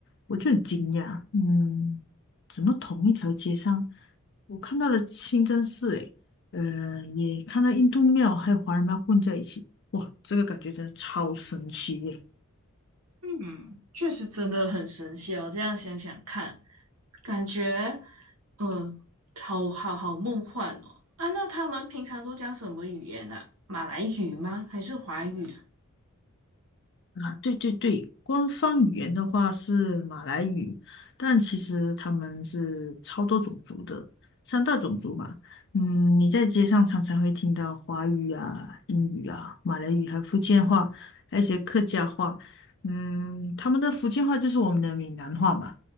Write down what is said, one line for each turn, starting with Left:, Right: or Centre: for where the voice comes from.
Left: 我就很惊讶，嗯，怎么同一条街上，我看到了清真寺，诶，呃，也看到印度庙还有华人庙混在一起，哇，这个感觉真的超神奇耶！
Right: 嗯，确实真的很神奇哦。这样想想看，感觉，呃，好好好梦幻哦。啊，那他们平常都讲什么语言呢、啊马来语吗？还是华语啊？
Left: 啊，对对对，官方语言的话是马来语，但其实他们是超多种族的，三大种族吧。嗯，你在街上常常会听到华语啊、英语啊、马来语，还有福建话，还有一些客家话。嗯，他们的福建话就是我们的闽南话嘛。